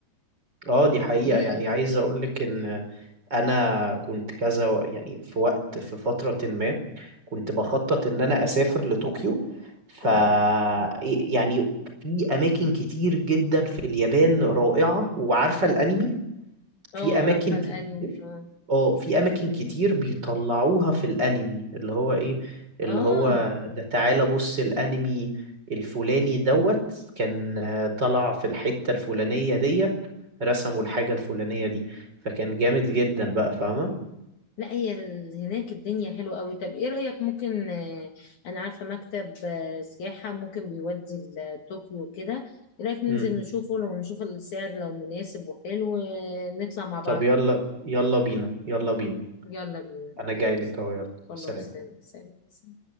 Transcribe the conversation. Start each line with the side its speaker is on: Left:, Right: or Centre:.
Right: اه دي حقيقه
Left: حقيقي
Right: يعني عايز اقول لك ان انا كنت كذا و- يعني في وقت في فتره ما كنت بخطط ان انا اسافر لطوكيو ف
Left: اه
Right: يعني في اماكن كتير جدا في اليابان رائعه وعارفه الانمي في
Left: اه
Right: اماكن
Left: عارفة
Right: كتير
Left: الأنمي اه
Right: اه في اماكن كتير بيطلعوها في الانمي اللي هو ايه اللي
Left: اه
Right: هو ده تعالى بص الانمي الفلاني دوت كان آه، طلع في الحتة الفلانية ديت رسموا الحاجة الفلانية دي فكان جامد جدا بقى فاهمة
Left: لا هي ال- هناك الدنيا حلوة قوي طب ايه رأيك ممكن آه، انا عارفة مكتب آه، سياحة ممكن بيودي لطوكيو كده ايه رأيك ننزل
Right: امم
Left: نشوفه لو نشوف السعر لو مناسب وحلو آه، نطلع مع بعض
Right: طب يلا يلا بينا يلا بينا
Left: يلا بينا
Right: انا
Left: ماشي.
Right: جاي لك اهو يلا
Left: خلاص
Right: سلام
Left: سلام سلام